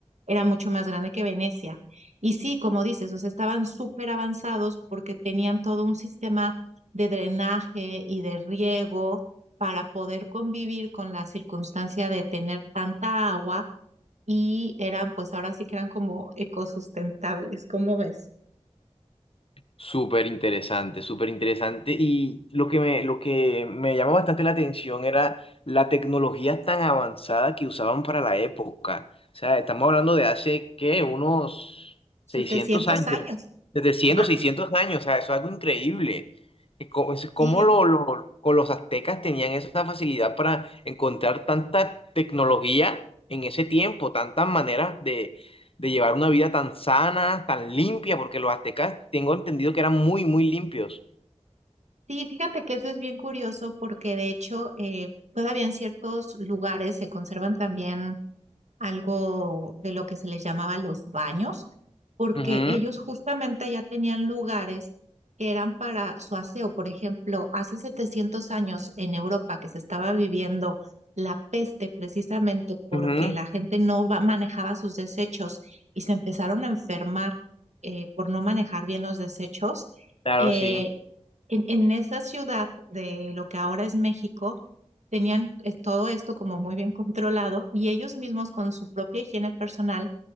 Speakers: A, on the right; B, on the left.
A: era mucho más grande que Venecia. Y sí, como dices, o sea, estaban súper avanzados porque tenían todo un sistema de drenaje y de riego para poder convivir con la circunstancia de tener tanta agua y eran, pues ahora sí que eran como ecosustentables, ¿cómo ves?
B: Súper interesante, súper interesante. Y lo que me, lo que me llamó bastante la atención era la tecnología tan avanzada que usaban para la época. O sea, estamos hablando de hace, ¿qué? Unos
A: setecientos
B: 600 años,
A: años
B: desde 100,
A: más.
B: 600 años. O sea, eso es algo increíble. Es co- es como
A: Sí,
B: lo, lo- con los aztecas tenían esa facilidad para encontrar tanta tecnología en ese tiempo, tantas maneras de llevar una vida tan sana, tan limpia, porque los aztecas tengo entendido que eran muy, muy limpios.
A: sí, fíjate que eso es bien curioso porque de hecho eh, todavía en ciertos lugares se conservan también algo de lo que se les llamaba los baños, porque
B: Ujú,
A: ellos justamente ya tenían lugares que eran para su aseo. Por ejemplo, hace 700 años en Europa que se estaba viviendo la peste precisamente porque
B: ujú,
A: la gente no va- manejaba sus desechos y se empezaron a enfermar eh, por no manejar bien los desechos.
B: claro,
A: eh,
B: sí.
A: en, en esa ciudad de lo que ahora es México, tenían eh, todo esto como muy bien controlado y ellos mismos con su propia higiene personal